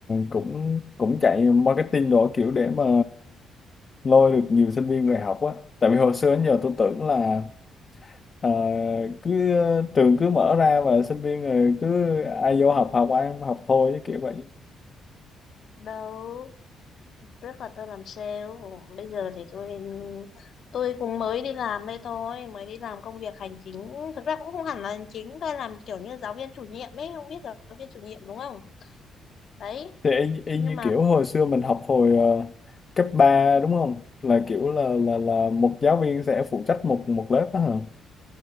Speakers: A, on the left; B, on the left.
A: cũng cũng chạy marketing đồ kiểu để mà lôi được nhiều sinh viên về học á. Tại vì hồi xưa đến giờ tôi tưởng là ờ, cứ ờ, trường cứ mở ra và sinh viên rồi cứ ai vô học học ăn học thôi chứ kiểu vậy.
B: đâu trước là tôi làm sale bây giờ thì tôi tôi cũng mới đi làm đây thôi mới đi làm công việc hành chính thực ra cũng không hẳn là hành chính tôi làm kiểu như giáo viên chủ nhiệm ấy không biết giáo viên chủ nhiệm đúng không đấy
A: thì y, y
B: nhưng
A: như
B: mà
A: kiểu hồi xưa mình học hồi ờ, cấp ba đúng không là kiểu là là là một giáo viên sẽ phụ trách một một lớp đó hả